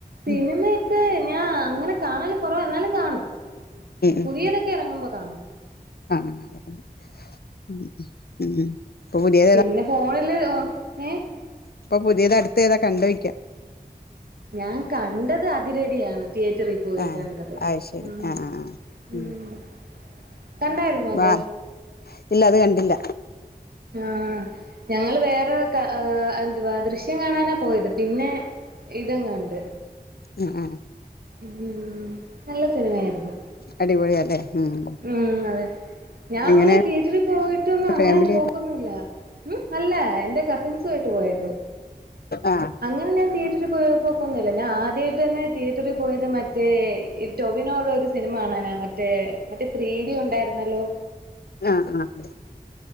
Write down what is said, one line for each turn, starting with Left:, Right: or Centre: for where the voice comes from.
Right: സിനിമയൊക്കെ
Left: ഉം
Right: ഞാ അങ്ങനെ കാണല് കുറവ എന്നാലും കാണും
Left: ഉം
Right: പുതിയതൊക്കെ
Left: ഉം
Right: എറങ്ങുമ്പോ കാണും
Left: ആഹ് <unintelligible> ഉം ഉം പുതിയ
Right: പിന്നെ ഫോണില് ഒ ഏഹ്
Left: ഇപ്പ പുതിയത് അടുത്തെ ഏതാ കണ്ടു വയ്ക്കാം
Right: ഞാൻ കണ്ടത് അതിരടി ആണ് തിയേറ്ററി പോയി
Left: ആഹ്
Right: കണ്ടത്
Left: അത് ശരി
Right: ആഹ്
Left: ആഹ്
Right: ആഹ്
Left: ഉം
Right: കണ്ടായിരുന്നോ അത്
Left: വാ ഇല്ല അത് കണ്ടില്ല
Right: ആഹ് ഞങ്ങൾ വേറെ ക ആഹ് എന്തുവാ ദൃശ്യം കാണാനാ പോയത് പിന്നെ ഇതങ്ങ് കണ്ട്
Left: ഉം ആഹ് ആഹ്
Right: ഉം നല്ല സിനിമ അരുന്നു
Left: അടിപൊളിയ അല്ലേ ഉം
Right: ഉം അതെ ഞാ
Left: എങ്ങനെ
Right: അങ്ങനെ തിയേറ്ററിൽ പോയിട്ടൊന്ന് അങ്ങനെ
Left: ഫാമിലി
Right: പോ
Left: ആയിട്ട്
Right: ട്ടൊന്നു ഇല്ല ഉം നല്ലാ ആഹ് എന്റെ കസിൻസ് ആയിട്ട് പോയിരുന്നു
Left: ആഹ്
Right: അങ്ങനെ ഞാൻ തിയേറ്ററിൽ പൊയെ പൊക്കൊന്നുല്ല ഞാൻ ആദ്യയിട്ട് തന്നെ തിയേറ്ററിൽ പോയത് മറ്റേ ഈ ടൊവിനോടൊരു സിനിമ കാണാനാ മറ്റേ മറ്റേ ത്രീ ടി ഉണ്ടാരുന്നല്ലോ
Left: ആഹ് ആഹ്